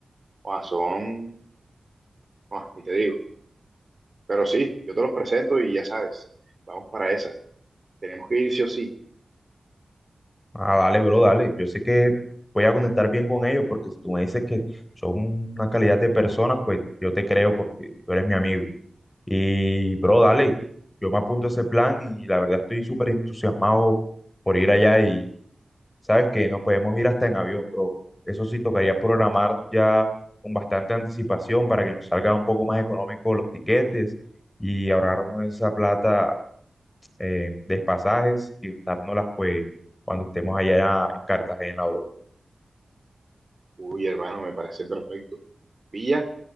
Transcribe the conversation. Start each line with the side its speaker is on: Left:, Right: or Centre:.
Right: O sea, son, ah, ni te digo. Pero sí, yo te los presento y ya sabes, vamos para esa. Tenemos que ir sí o sí.
Left: Ah, dale, bro, dale. Yo sé que voy a conectar bien con ellos porque si tú me dices que son una calidad de personas, pues yo te creo porque tú eres mi amigo. Y, bro, dale. Yo me apunto a ese plan y la verdad estoy súper entusiasmado por ir allá y sabes que nos podemos ir hasta en avión, bro. Eso sí, tocaría programarnos ya con bastante anticipación para que nos salga un poco más económico los tiquetes y ahorrarnos esa plata eh, despasajes y gastárnoslas pues cuando estemos allá en Cartagena, bro.
Right: Uy, hermano, me parece perfecto. Pilla